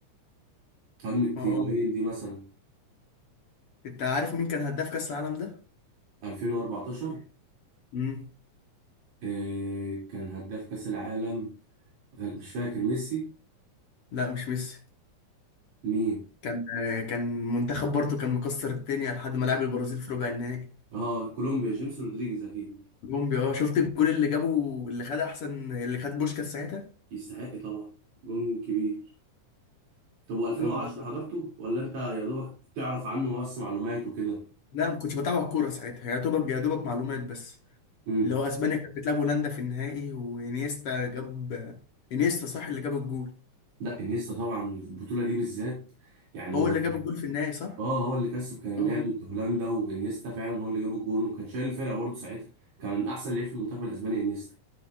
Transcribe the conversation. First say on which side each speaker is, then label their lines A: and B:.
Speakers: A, on the right; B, on the left.
A: هجمه
B: اه آه.
A: هيجوين دي مثلا
B: انت عارف مين كان هداف كاس العالم ده؟
A: 2014
B: امم
A: آه، كان هداف كاس العالم غال- مش فاكر ميسي
B: لا مش ميسي
A: مين
B: كان آه، كان منتخب برضو كان مكسر الدنيا لحد ما لعب البرازيل في ربع النهائي
A: اه كولومبيا جيمس رودريجيز اكيد
B: كولومبيا اه شفت الجول اللي جابه اللي خد احسن اللي خد بوشكاس ساعتها
A: يستحق طبعا جون كبير طب و2010
B: طب
A: حضرته ولا انت يا دوبك تعرف عنه بس معلومات وكده
B: لا ما كنتش بتابع الكوره ساعتها يا دوبك يا دوبك معلومات بس
A: امم
B: اللي هو اسبانيا كانت بتلعب هولندا في النهائي وانيستا جاب انيستا صح اللي جاب الجول
A: لا انيستا طبعا البطوله دي بالذات يعني من
B: هو اللي جاب الجول في النهائي صح
A: اه هو اللي كسب كان النهائي
B: اه
A: ضد هولندا وانيستا فعلا هو اللي جاب الجون وكان شايل الفرقه برضه ساعتها كان من احسن لعيب في المنتخب الاسباني انيستا